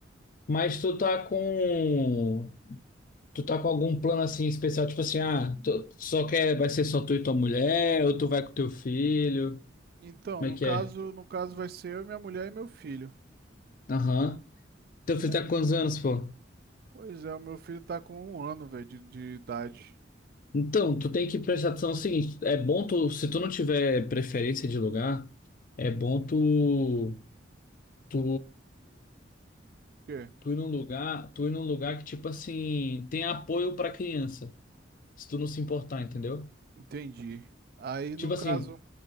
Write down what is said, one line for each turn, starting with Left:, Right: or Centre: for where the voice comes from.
Left: mas tu tá com. Tu tá com algum plano assim especial? Tipo assim, ah, tu só quer. Vai ser só tu e tua mulher? Ou tu vai com teu filho?
Right: Então,
Left: Como
Right: no
Left: é que
Right: caso,
Left: é?
Right: no caso vai ser eu, minha mulher e meu filho, entendeu?
Left: Aham. Teu filho
Right: É,
Left: tá com quantos anos, pô?
Right: pois é, o meu filho tá com um ano, velho, de de idade.
Left: Então, tu tem que prestar atenção no seguinte: é bom tu. Se tu não tiver preferência de lugar, é bom tu. Tu.
Right: quê?
Left: Tu ir num lugar. Tu ir num lugar que, tipo assim, tem apoio pra criança. se tu não se importar, entendeu?
Right: Entendi. Aí no
Left: Tipo
Right: caso,
Left: assim,